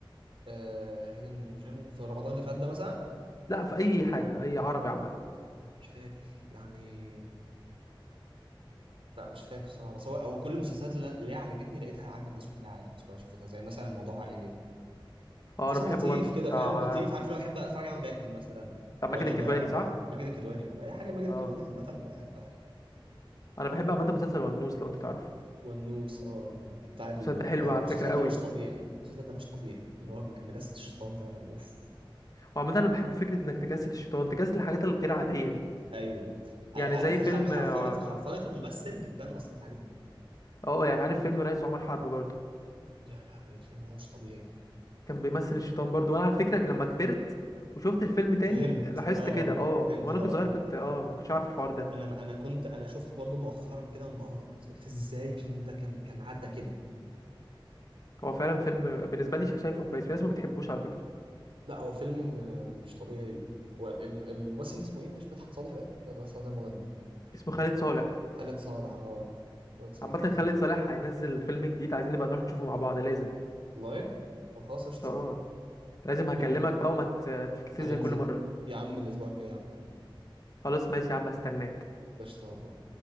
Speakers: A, on the right; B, on the left.
A: آه هيدن جيم في رمضان اللي فات ده مثلا
B: لا في اي حاجه اي عربي عامه
A: مش فاكر يعني لا مش فاكر صراحة بس هو هو كل المسلسلات اللي اللي هي عجبتني لقيتها عاجبة الناس كلها عادي الناس كلها شافتها زي مثلا الموضوع عائلي ده
B: اه
A: مسلسل
B: انا بحبه
A: لطيف
B: برضه
A: كده
B: بتاع
A: فاهم لطيف عارف اللي هو بحب اتفرج عليه وانا باكل مثلا
B: بتاع
A: وانا
B: ماجد الكدواني
A: ب...
B: صح
A: ماجد الكدواني والله اي حاجة لماجد الكدواني
B: اه
A: عامة بحبها يعني.
B: انا بحب عامه مسلسل ونوس لو انت تعرفه
A: والنوس اه اه بتاع ال
B: المسلسل ده حلو
A: اه
B: على
A: المسلسل
B: فكرة قوي
A: ده مش طبيعي المسلسل ده مش طبيعي ان هو كان نجاسة الشيطان ده اوف
B: وعامة انا بحب فكرة انك تجسد الشيطان تجسد الحاجات الغير عادية دي
A: ايوه ع-
B: يعني
A: عارف
B: زي فيلم
A: حر- حرفنة
B: اه
A: حرفنة الممثل بتبان اصلا في الحاجات دي
B: آه، يعني عارف فيلم رئيس عمر حرب برضو
A: يا لهوي الفيلم ده مش طبيعي
B: كان بيمثل الشيطان برضو وانا على فكرة لما كبرت وشفت الفيلم تاني
A: فهمت
B: لاحظت
A: اه
B: كده اه
A: فهمت
B: وانا
A: ده
B: كنت
A: بقى
B: صغير كنت اه ما كنتش عارف الحوار ده
A: انا انا كنت انا شفت برضو مؤخرا كده انبهرت قلت ازاي الفيلم ده كان كان عدى كده
B: هو فعلا فيلم بالنسبة لي شايفه كويس في ناس ما بتحبوش على فكرة
A: لا هو فيلم آه، مش طبيعي والممثل اللي اسمه ايه مش مدحت صالح بقى لا ده مدحت صالح ده مغني
B: اسمه خالد صالح
A: خالد صالح اه خالد صالح
B: عامة خالد صالح هينزل فيلم جديد عايزين نبقى نروح نشوفه مع بعض لازم
A: والله طب خلاص قشطة
B: اه لازم هكلمك
A: من
B: بقى وما ت- تفكسيش
A: هننزل
B: زي كل مرة
A: يا عم الاسبوع الجاي يا عم اكلمك
B: خلاص ماشي يا عم هستناك
A: قشطه والله